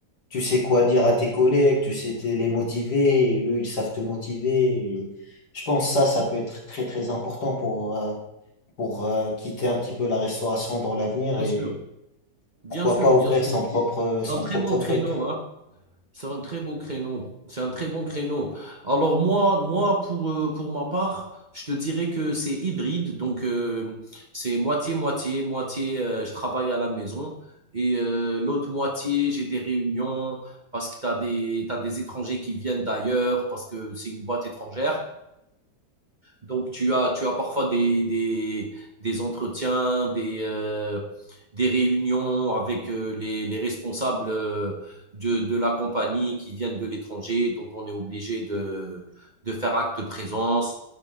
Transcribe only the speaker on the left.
tu sais quoi dire à tes collègues, tu sais te- les motiver, et eux, ils savent te motiver. Et je pense que ça, ça peut être très, très important pour, euh, pour euh, quitter un petit peu la restauration dans l'avenir
et
pourquoi
pas ouvrir
son propre,
son
propre
truc.